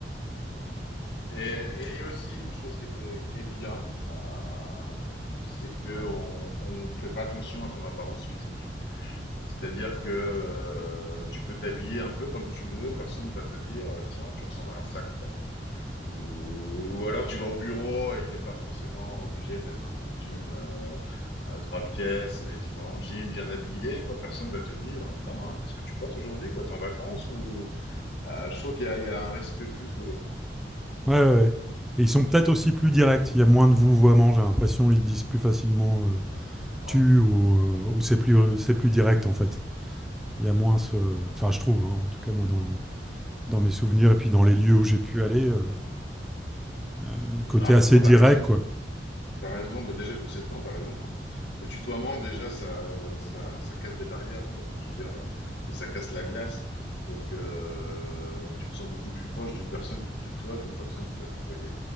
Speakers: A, on the left (about 75°); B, in the centre.
A: Et, et- et aussi, une chose qui était, qui est bien, euh, c'est que on, on fait pas attention à ton apparence physique. C'est-à-dire que euh, tu peux t'habiller un peu comme tu veux, personne ne va te dire, euh, tiens, tu ressembles à un sac, quoi. Ou, ou alors tu vas au bureau et t'es pas forcément obligé de mettre un costume euh, à trois pièces, et tu vas en jean, bien habillé, quoi. Personne va te dire, putain, qu'est-ce que tu portes aujourd'hui, quoi? T'es en vacances ou... Euh, je trouve qu'il y a, il y a un respect plus de l'autre.
B: Ouais, ouais, ouais. Et ils sont peut-être aussi plus directs. Il y a moins de vouvoiement, j'ai l'impression. Ils disent plus facilement euh,
A: Ouais.
B: tu ou, euh, ou c'est plus, euh, c'est plus direct en fait. Il y a moins ce. Enfin, je trouve, hein, en tout cas, moi, dans, dans mes souvenirs et puis dans les lieux où j'ai pu aller, euh, euh, le côté
A: Non,
B: assez
A: c'est- non,
B: direct,
A: t'as raison.
B: quoi.
A: T'as raison, bah déjà, depuis 7 ans, t'as raison. Le tutoiement, déjà, ça, ça, ça casse des barrières, quoi. Enfin, je veux dire, euh, et ça casse la glace. Donc, euh, tu te sens beaucoup plus proche d'une personne qui te tutoie qu'une personne qui va te vouvoyer.